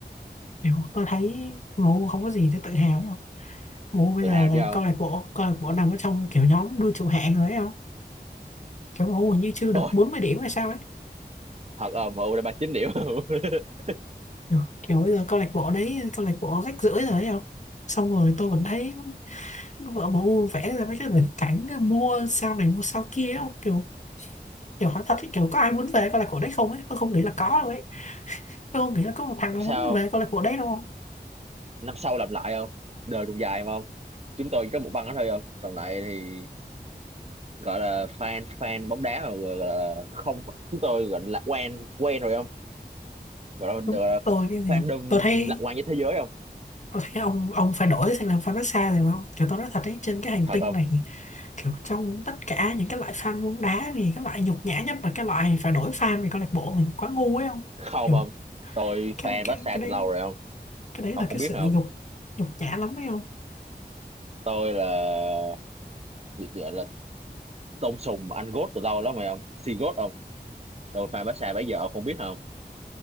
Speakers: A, on the left (about 45°); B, on the right (about 40°).
A: kiểu tôi thấy MU không có gì để tự hào ấy không MU bây
B: Tự
A: giờ
B: hào
A: là
B: chứ không?
A: câu lạc bộ câu lạc bộ nằm ở trong kiểu nhóm đua trụ hạng rồi ấy không kiểu MU hình như chưa được
B: Ôi,
A: 40 điểm hay sao ấy
B: thật không? MU đã 39 điểm không? <laughs>
A: kiểu, kiểu bây giờ câu lạc bộ đấy câu lạc bộ rách rưởi rồi ấy không xong rồi tôi vẫn thấy vợ MU vẽ ra mấy cái viễn cảnh mua sao này mua sao kia ấy không kiểu kiểu hỏi thật ấy, kiểu có ai muốn về câu lạc bộ đấy không ấy tôi không nghĩ là có đâu ấy tôi không nghĩ là có một thằng nó
B: Sao
A: muốn về câu lạc bộ đấy đâu
B: Năm sau làm lại không? Đời còn dài mà không? Chúng tôi chỉ có một băng đó thôi không? Còn lại thì gọi là fan fan bóng đá mà gọi là không chúng tôi gọi là lạc quan quen rồi không? Gọi là,
A: đúng
B: gọi là
A: tôi cái gì
B: fandom
A: không tôi thấy
B: lạc quan với thế giới không?
A: tôi thấy ông ông phải đổi sang làm fan massage rồi không kiểu tôi nói thật ấy trên cái hành
B: Thật
A: tinh
B: không?
A: này kiểu trong tất cả những cái loại fan bóng đá thì cái loại nhục nhã nhất là cái loại phải đổi fan vì câu lạc bộ mình quá ngu ấy không
B: Không
A: kiểu
B: không? Tôi
A: cái
B: fan
A: cái
B: Barca
A: cái đấy
B: từ lâu rồi không?
A: cái đấy
B: ông
A: là
B: không
A: cái
B: biết
A: sự
B: không
A: nhục nhục nhã lắm ấy không
B: tôi là gọi là tôm sùng anh gốt từ lâu lắm rồi ông si gốt ông tôi fan Barca bây giờ ông không biết không